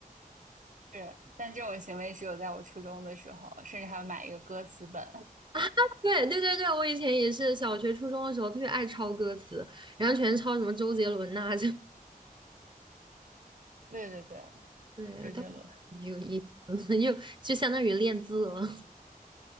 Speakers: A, on the right; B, on the right.
A: 是，但这种行为只有在我初中的时候，甚至还要买一个歌词本。
B: <laughs> 对对对对，我以前也是小学初中的时候特别爱抄歌词，然后全是抄什么周杰伦呐、就
A: <laughs> 对对对，
B: <laughs> 对，
A: 周杰伦。
B: 但我没有意思，<laughs> 就就相当于练字了。<laughs>